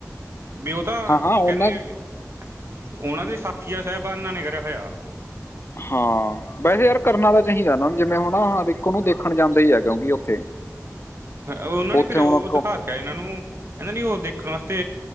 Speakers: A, on the right; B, on the left.
A: ਵੀ ਉਥੇ ਤਾਂ
B: ਹਾਂ ਹਾਂ ਉਹਨਾਂ
A: ਕਹਿੰਦੇ,
B: ਦੀ
A: ਉਹਨਾਂ ਦੇ ਸਾਥੀਆਂ ਸਾਹਿਬਾਨ ਨੇ ਕਰਿਆ ਹੋਇਆ।
B: ਹਾਂ, ਵੈਸੇ ਯਾਰ ਕਰਨਾ ਤਾਂ ਚਾਹੀਦਾ ਇਹਨਾਂ ਨੂੰ ਜਿਵੇਂ ਹਣਾ ਹਰ ਇੱਕ ਉਹਨੂੰ ਦੇਖਣ ਜਾਂਦਾ ਈ ਐ ਕਿਉਂਕਿ ਉੱਥੇ
A: ਉਹਨਾਂ ਨੇ
B: ਉੱਥੇ
A: ਫੇਰ
B: ਹੁਣ
A: ਉਹ ਦਿਖਾ ਕ ਇਹਨਾਂ ਨੂੰ ਉਹ ਦੇਖਣ ਵਾਸਤੇ,